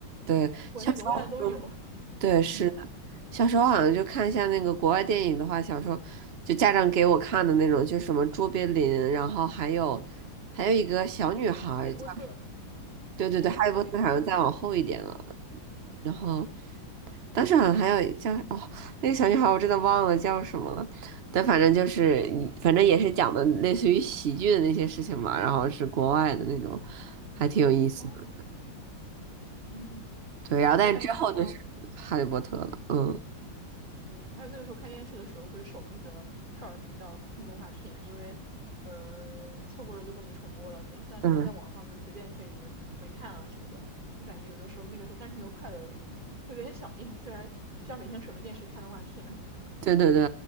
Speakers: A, on the right; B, on the right.
A: 对，
B: 国内国外的都有，
A: 小时候对是
B: 嗯，
A: 小时候好像就看一下那个国外电影的话，小时候就家长给我看的那种，就什么卓别林，然后还有还有一个小女孩儿叫
B: 哈利波特，
A: 对对对，
B: 哎，
A: 哈利波特好像再往后一点了，
B: 小女孩儿。
A: 然后当时好像还有叫哦，那个小女孩我真的忘了叫什么了，但反正就是反正也是讲的类似于喜剧的那些事情嘛，然后是国外的那种，还挺有意思的，
B: 哦，嗯，
A: 对，然后但之后就是哈利波特了，
B: 还有那个时候，
A: 嗯。
B: 嗯，还有那个时候看电视的时候会守那个少儿频道看动画片，因为呃错过了就不能重播了，不是像现在在网上就是随便可以回看啊什么的。
A: 嗯，
B: 我感觉有的时候那个时候单纯的快乐有会有点想念，虽然需要每天守着电视看动画片。<laughs>
A: 对对对，